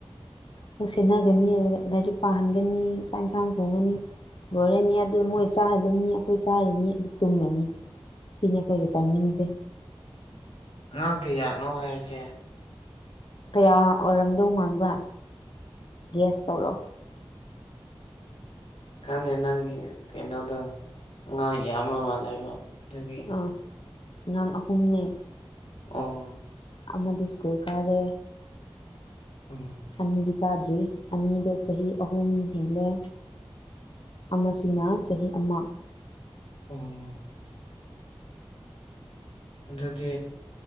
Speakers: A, on the left; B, on the left.
A: ꯑꯃꯨꯛ ꯁꯦꯟꯅꯒꯅꯤ ꯑꯗꯨ ꯂꯥꯏꯔꯤꯛ ꯄꯥꯍꯟꯒꯅꯤ ꯆꯥꯛ ꯏꯟꯁꯥꯡ ꯊꯣꯡꯉꯅꯤ ꯂꯣꯏꯔꯅꯤ ꯑꯗꯨ ꯃꯣꯏ ꯆꯥꯍꯜꯂꯅꯤ ꯑꯩꯈꯣꯏ ꯆꯥꯔꯅꯤ ꯑꯗꯨ ꯇꯨꯝꯂꯅꯤ ꯁꯤꯅꯤ ꯑꯩꯈꯣꯏꯒꯤ ꯇꯥꯏꯃꯤꯡꯁꯦ
B: ꯑꯉꯥꯡ ꯀꯌꯥꯠꯅꯣ ꯍꯥꯏꯕꯁꯦ
A: ꯀꯌꯥ ꯑꯣꯏꯔꯝꯗꯧ ꯃꯥꯟꯕ꯭ꯔꯥ ꯒꯦꯁ ꯇꯧꯔꯣ
B: ꯈꯪꯗꯦ ꯅꯪꯒꯤ ꯀꯩꯅꯣꯗ ꯑꯉꯥꯡ ꯌꯥꯝꯕ ꯃꯥꯜꯂꯦꯕ ꯑꯗꯨꯒꯤ
A: ꯑꯥ ꯑꯉꯥꯡ ꯑꯍꯨꯝꯅꯦ
B: ꯑꯣ
A: ꯑꯃꯗꯨ ꯁꯀꯨꯜ ꯀꯥꯔꯦ
B: ꯎꯝ
A: ꯑꯅꯤꯗꯤ ꯀꯥꯗ꯭ꯔꯤ ꯑꯅꯤꯗꯣ ꯆꯍꯤ ꯑꯍꯨꯝ ꯍꯦꯜꯂꯦ ꯑꯃꯁꯤꯅ ꯆꯍꯤ ꯑꯃ
B: ꯑꯣ ꯑꯗꯨꯗꯤ